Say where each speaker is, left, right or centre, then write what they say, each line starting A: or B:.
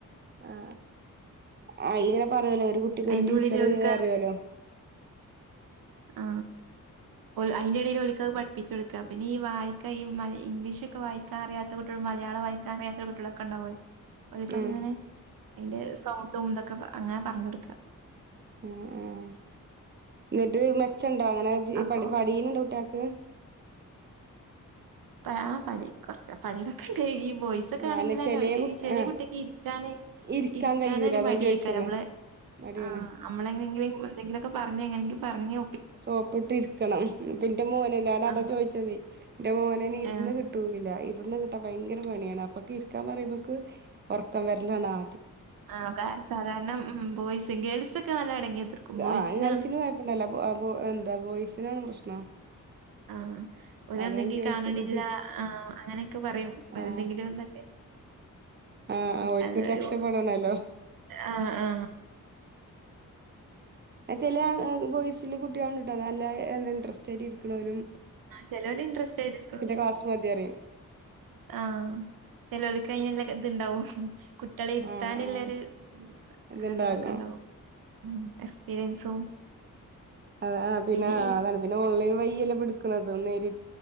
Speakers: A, on the right; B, on the right.
A: ആ ആ <unintelligible> ഇങ്ങനെ പറയലോ ഒരു കുട്ടിക്ക്
B: അയിന്റെ
A: ഒരു ടീച്ചറ്
B: ഉള്ളില് ഓൽക്ക്
A: അറിയാലോ
B: ആ അയിന്റെ ഇടൽ ഒ പഠിപ്പിച്ച കൊടുക്ക പിന്നെ ഈ വായിക്ക ഈ മൽ ഇംഗ്ലീഷ് ഒക്കെ വായിക്കൻ അറിയാത്ത കുട്ടികൾ മല്യാളം വായിക്കാൻറിയാത്ത കുട്ടികളൊക്കെ ഉണ്ടാവലേ ഓരൊക്കൊ
A: ആഹ് ആഹ്
B: ങ്ങനെ അന്റെ സൗണ്ടും ഇതൊക്കെ അങ്ങനെ പറഞ് കൊടുക്ക
A: ഉം ഉം എന്നിട്ട് മെച്ചംണ്ടോ അങ്ങനെ ജി
B: അപ്പൊ
A: പടി പടീണ്ടട്ട ഉം ക്കെ
B: ആ ആ പടി കുറച്ച് പടി വൊക്കെണ്ട ഈ പ ബോയ്സ് ഒക്കെ
A: ആഹ്
B: ആണെങ്കിൽന്നെ
A: അല്ല ചെലേ
B: ഒൽക്
A: കുട്ടി
B: ഈ ചെറിയ
A: ആഹ്
B: കുട്ടിക്ക് ഇരിക്കാന്
A: ഇരിക്കാൻ
B: ഇരിക്കാന
A: കഴിയൂല
B: ഒരു
A: അതാ
B: മടിയക്കരും
A: ചോയിച്ചത്
B: നമ്മള്
A: മടിയാണ്
B: ആ നമ്മളെന്തെങ്കിലും എന്തെങ്കിലുംക്കെ പറഞ്ഞ എങ്ങനെങ്ക പറഞ്ഞു
A: സോപ്പിട്ട് ഇരിക്കണം പിന്റെ മോന് ഞാാനതാ
B: ആ
A: ചോദിച്ചത് എം അന് ഇരുന്ന്
B: ആ
A: കിട്ടുനില ഇന്ന് കിട്ടാ ഭയങ്കര പണിയാണ് അപ്പൊക്ക ഇരിക്കാൻ പറുമ്പൊക്ക് ഉറക്കം വരലാണ് ആ
B: ആ കാര്യ സാധാരണ ബോയിസ് ഗേൾ സൊക്കെ നല്ല അടങ്ങിയിരിക്കും ബോയി
A: ആഹ്
B: സിനാണ്
A: ഗേൾസിന് കൊഴപ്പണ്ടാവില്ല <unintelligible> എന്താ ബോയ്സിനാണ് പ്രശ്നം
B: ആ ഓര്
A: അതാ
B: എന്തെങ്കിലും
A: ഞാൻ ചോയിച്ചത്
B: കാണണില്ല ആ അങ്ങനെയൊക്കെ പറയും <unintelligible>
A: ആഹ് ആഹ്
B: ഞാൻ
A: ഓൽക്കൊരു
B: ഒരു
A: രക്ഷപ്പെടണല്ലോ
B: ആ ആ
A: അത്‌ ചെലെ അ ബോയ്സില് കുട്ട്യാൾ ഇണ്ട്ട്ടോ നല്ല എന്ത ഇന്ട്രെസ്റ്റ് ആയി ഇരിക്ക്‌ണോലും
B: ചെലോല് ഇൻട്രസ്റ്റ് ആയിട്ട് ഇരിക്ക്‌ണോലു
A: ക്ലാസ് മതി പറയും
B: ആ ചേലോൽക് അയിനില്ലെ ഇത് ഇണ്ടാവും കുട്ട്യാളെ ഇരിത്താൻ
A: ആഹ്
B: ഇല്ലെ
A: ആഹ്
B: ഒര്
A: ഇത്ണ്ടാകും
B: അങ്ങൻതെത് ഒക്കെണ്ടാവും മ് എക്സ്പീരിയൻസും
A: അതെ ആ പിന്നാ
B: പിന്നെ ഈ
A: അതാണ് പിന്നോൺലൈൻ വയി അല്ലെ ഇപ്പൊ ഇട് ക്ക്ണതും നേരി